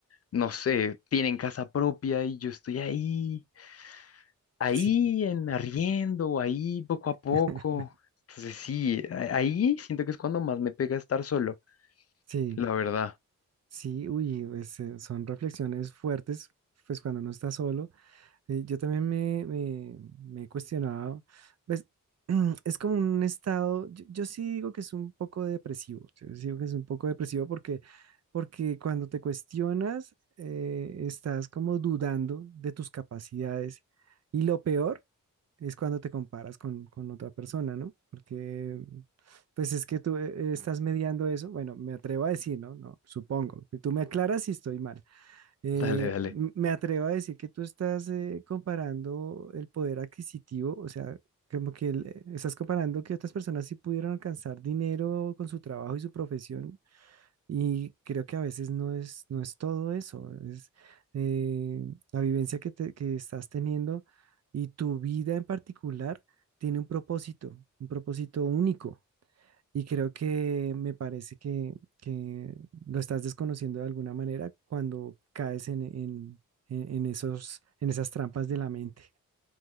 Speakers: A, on the left; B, on the right.
A: no sé, tienen casa propia y yo estoy ahí, ahí
B: Sí,
A: en arriendo, ahí poco a poco.
B: <laughs>
A: Entonces sí, a- ahí siento que es cuando más me pega estar solo,
B: sí,
A: la verdad. <laughs>
B: sí, uy, pues, eh, son reflexiones fuertes, pues cuando uno está solo. Sí, yo también me, me, me he cuestionado, pues <clears throat> es como un estado, yo, yo sí digo que es un poco depresivo, yo sí digo que es un poco depresivo porque, porque cuando te cuestionas, eh, estás como dudando de tus capacidades y lo peor es cuando te comparas con, con otra persona, ¿no? Porque pues es que tú eh, estás mediando eso, bueno, me atrevo a decir, ¿no? No, supongo, y tú me aclaras si estoy mal eh,
A: Dale, dale.
B: m- me atrevo a decir que tú estás eh, comparando el poder adquisitivo, o sea, como que el- eh, estás comparando que otras personas sí pudieron alcanzar dinero con su trabajo y su profesión, y creo que a veces no es, no es todo eso, es eh, la vivencia que, te- que estás teniendo y tu vida en particular tiene un propósito, un propósito único. Y creo que me parece que, que lo estás desconociendo de alguna manera cuando caes en, en, en- en esos, en esas trampas de la mente.